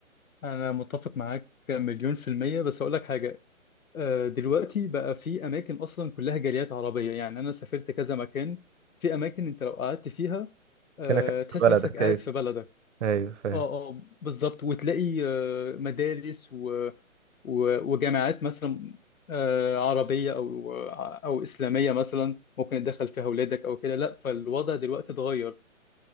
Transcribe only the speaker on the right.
كأنك
في بلدك
ايوه
ايوه فاهم